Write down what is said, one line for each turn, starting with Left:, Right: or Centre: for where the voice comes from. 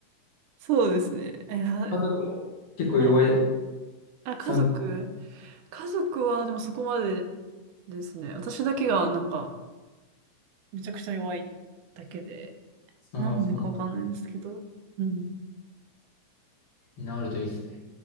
Right: そうですね。いや、
Left: 家族も結構弱い
Right: はい。あ、家族。
Left: 参加。
Right: 家族はでもそこまでですね。私だけがなんかめちゃくちゃ弱いだけで、
Left: ああ、
Right: なんでかわかんないんですけど。
Left: そうな
Right: うん。
Left: ん。なるといいですね。